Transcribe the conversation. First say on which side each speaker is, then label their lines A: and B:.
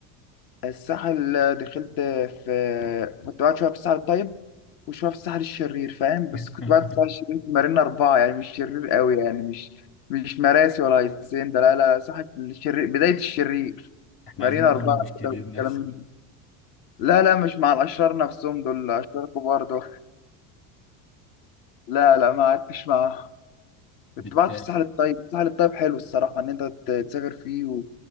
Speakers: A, on the left; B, on the left.
A: الساحل دخلت في كنت قاعد شويه في الساحل الطيب وشويه في الساحل الشرير فاهم بس
B: <laughs>
A: كنت بعد الساحل الشرير في مارينا اربعه يعني مش شرير قوي يعني مش مش مراسي ولا ياسين ده لا لا ساحل الشرير بدايه الشرير
B: احنا
A: مارينا
B: عايزين نجرب
A: اربعه
B: الشرير
A: كده والكلام
B: نفسه
A: من
B: بقى.
A: ده لا لا مش مع الاشرار نفسهم دول اشرار كبار دول لا لا ما قعدتش معاهم كنت
B: بت
A: بقعد في الساحل الطيب الساحل الطيب حلو الصراحه ان انت ت- تسافر فيه و...